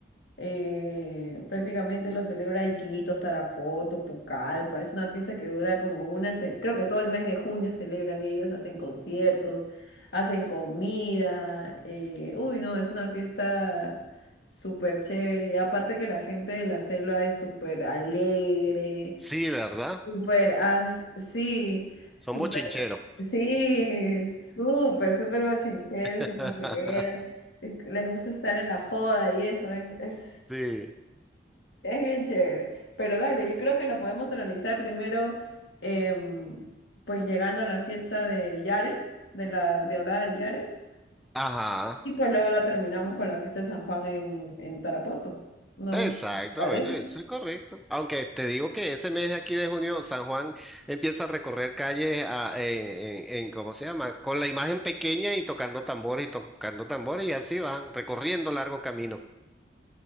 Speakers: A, on the left; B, in the centre.
A: Eh, prácticamente lo celebra Iquitos, Tarapoto, Pucallpa. Es una fiesta que dura como una semana. Creo que todo el mes de junio celebran ellos, hacen conciertos, hacen comida. eh, uy, no, es una fiesta súper chévere. Y aparte que la gente de la selva es súper alegre,
B: Sí, ¿verdad?
A: súper as- sí,
B: Son
A: súper,
B: bochincheros.
A: sí, súper, súper bochinchero,
B: <laughs>
A: súper joguero. es- que Les gusta estar en la joda y eso es, es
B: Sí.
A: es bien chévere. Pero dale, yo creo que nos podemos organizar primero, em, pues llegando a la fiesta de Yares, de la Diablada de Yares,
B: Ajá.
A: y pues luego la terminamos con la fiesta de San Juan en, en Tarapoto. No
B: Exacto,
A: sé si te parece.
B: bueno, eso es correcto. Aunque te digo que ese mes aquí de junio, San Juan empieza a recorrer calles a- en, en- en- ¿cómo se llama? Con la imagen pequeña y tocando tambores y tocando tambores y así van, recorriendo largo camino.